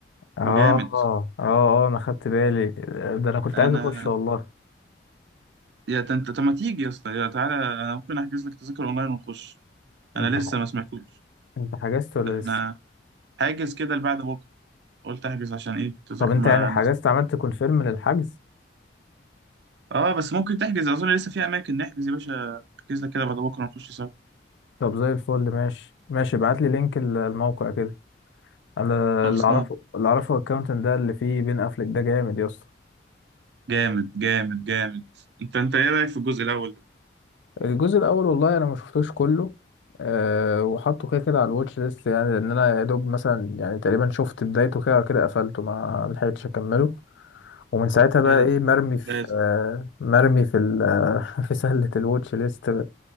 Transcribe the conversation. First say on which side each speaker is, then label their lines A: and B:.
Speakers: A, on the left (about 75°); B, on the right (about 60°).
A: اه
B: وجامد
A: اه اه انا خدت بالي ده انا كنت
B: انا
A: عايز اخش والله
B: يا ت- انت طب ما تيجي يا اسطى يا تعالى انا ممكن احجز لك تذاكر اونلاين ونخش انا
A: انت
B: لسه
A: ح...
B: ما سمعتوش
A: انت حجزت ولا
B: احنا
A: لسه
B: حاجز كده لبعد بكره قلت احجز عشان ايه تذاكر
A: طب انت
B: ما
A: يعني حجزت
B: الناس ما
A: عملت كونفيرم للحجز
B: اه بس ممكن تحجز اظن لسه في اماكن نحجز يا باشا احجز لك كده بعد بكره ونخش سوا
A: طب زي الفل ماشي ماشي ابعت لي لينك ال- الموقع كده انا
B: خلصان
A: اللي اعرفه اللي اعرفه الاكونت ده اللي فيه بين افلك ده جامد يا اسطى
B: جامد جامد جامد انت انت ايه رايك في الجزء الاول
A: الجزء الاول والله انا ما شفتوش كله أه وحطه كده كده على الواتش ليست يعني لان انا يا دوب مثلا يعني تقريبا شفت بدايته كده كده قفلته ما لحقتش اكمله ومن ساعتها بقى
B: لا لا
A: ايه مرمي في
B: لازم
A: آه، مرمي في ال- آه، <laughs> في سلة الواتش ليست